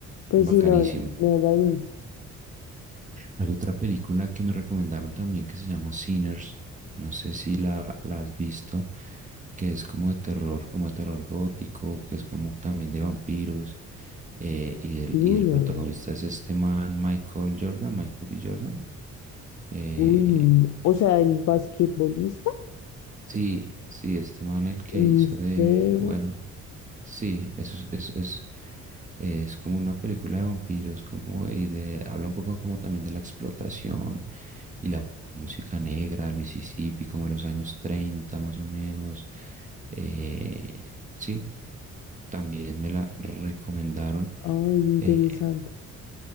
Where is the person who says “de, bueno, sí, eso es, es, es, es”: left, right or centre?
Right